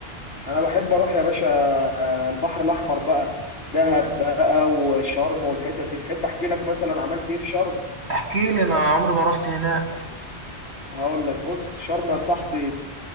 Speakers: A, on the left (about 70°); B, on the right (about 85°).
A: انا بحب اروح يا باشا البحر الاحمر بقى دهب بقى وشرم والحتت دي تحب احكي لك مثلا عملت ايه في شرم
B: احكي لي انا عمري ما رحت هناك
A: هقول لك بص شرم يا صاحبي